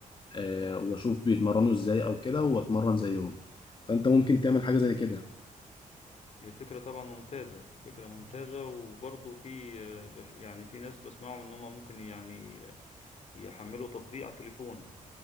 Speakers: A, on the left (about 35°); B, on the left (about 50°).
A: آه، واشوف بيتمرنوا ازاي او كده واتمرن زيهم فانت ممكن تعمل حاجه زي كده
B: هي فكره طبعا ممتازه فكره ممتازه وبرضه في آه، بش- يعني في ناس بسمعهم ان هم ممكن يعني آه، يحملوا تطبيق على التليفون